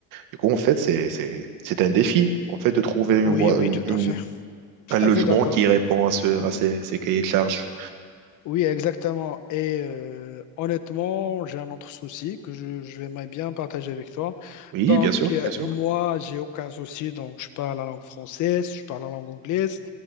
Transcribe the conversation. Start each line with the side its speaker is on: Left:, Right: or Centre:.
Right: Du coup, en fait, c'est, c'est, c'est un défi, en fait, de trouver une
Left: Oui,
Right: voie-
Left: oui,
Right: une,
Left: tout
Right: une-
Left: à fait. Tout
Right: un logement
Left: à fait d'accord.
Right: qui répond à, ce, à ces, ces cahiers de charges.
Left: Oui, exactement. Et euh, honnêtement, j'ai un autre souci que je, je vais bien partager avec toi.
Right: Oui,
Left: Donc,
Right: bien sûr,
Left: euh,
Right: bien sûr.
Left: moi, j'ai aucun souci. Donc, je parle la langue française, je parle la langue anglaise.